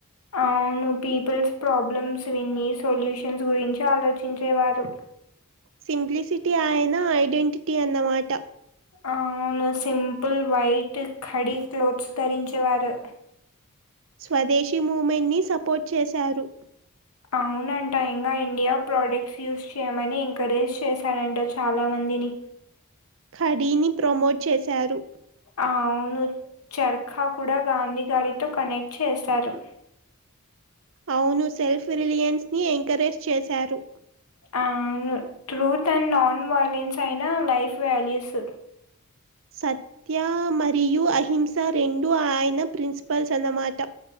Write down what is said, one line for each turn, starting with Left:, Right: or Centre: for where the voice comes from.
Left: అవును పీపుల్స్ ప్రాబ్లమ్స్ విని సొల్యూషన్స్ గురించి ఆలోచించేవారు.
Right: సింప్లిసిటీ ఆయన ఐడెంటిటీ అన్నమాట.
Left: అవును సింపుల్ వైట్ ఖాడి క్లోత్స్ ధరించేవారు.
Right: స్వదేశీ మూ్మెంట్ ని సపోర్ట్ చేశారు.
Left: అవునంట ఇంకా ఇండియా ప్రోడక్ట్స్ యూస్ చేయమని ఎంకరేజ్ చేశారంట చాలా మందిని.
Right: ఖడీని ప్రమోట్ చేశారు.
Left: అవును చర్ఖా కూడా గాంధీ గారితో కనెక్ట్ చేశారు.
Right: అవును సెల్ఫ్ రిలయన్స్ ని ఎంకరేజ్ చేశారు.
Left: ఆ ట్రూత్ అండ్ నాన్ వయోలెన్స్ అయిన లైఫ్ వాల్యూస్.
Right: సత్య మరియు అహింస రెండు ఆయన ప్రిన్సిపల్స్ అన్నమాట.